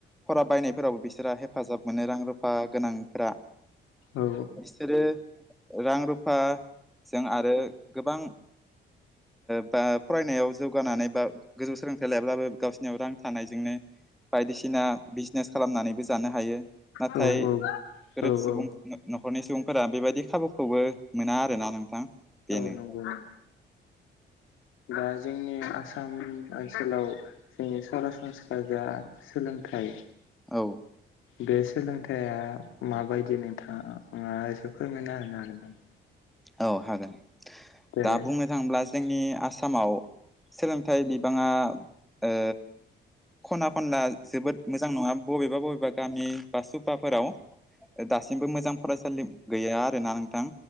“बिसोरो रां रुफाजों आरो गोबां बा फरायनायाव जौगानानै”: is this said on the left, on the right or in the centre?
Centre